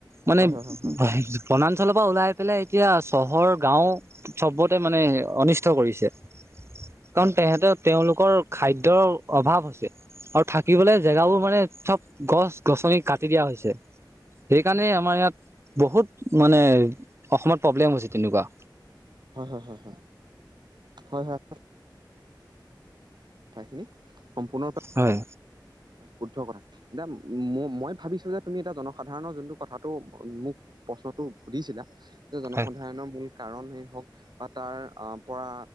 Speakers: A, on the right; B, on the right.
A: মানে
B: হয় হয় হয়
A: বনাঞ্চলৰ পৰা উলাই পেলাই এতিয়া চহৰ গাঁও চবতে মানে অনিষ্ট কৰিছে কাৰণ
B: হয়
A: তেহেঁতে তেওঁলোকৰ খাদ্যৰ অভাৱ হৈছে আৰু থাকিবলৈ জেগাবোৰ মানে চব গছ গছনি কাটি দিয়া হৈছে। সেইকাৰণে আমাৰ ইয়াত বহুত মানে অসমত প্ৰব্লেম হৈছে তেনেকুৱা।
B: হয়, হয়, হয়, হয়, <unintelligible> কথাখিনি সম্পূৰ্ণৰূপে
A: হয়
B: শুদ্ধ কথা, এতিয়া মই ভাবিছো যে তুমি এটা জনসাধাৰণৰ যোনটো কথাটো মোক প্ৰশ্নটো সুধিছিলা। যে জনসাধাৰণৰ
A: হয়
B: মূল কাৰণ হে হওক বা তাৰ আ, পৰা